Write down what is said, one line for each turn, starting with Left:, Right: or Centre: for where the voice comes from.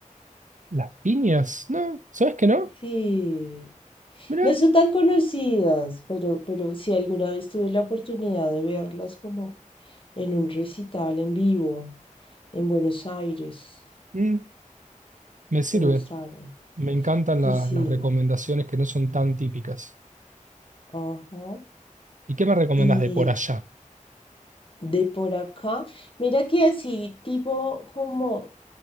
Right: Las piñas, ¿no? ¿Sabes que no?
Left: Sí.
Right: Mirá,
Left: No son tan conocidas, pero, pero sí alguna vez tuve la oportunidad de verlas como en un recital en vivo en Buenos Aires.
Right: mm, me sirve.
Left: Me gustaron.
Right: Me encantan
Left: Sí,
Right: la-
Left: sí.
Right: las recomendaciones que no son tan típicas.
Left: Ajá.
Right: ¿Y qué me recomendas
Left: Y
Right: de por allá?
Left: de por acá, mira que así, tipo como,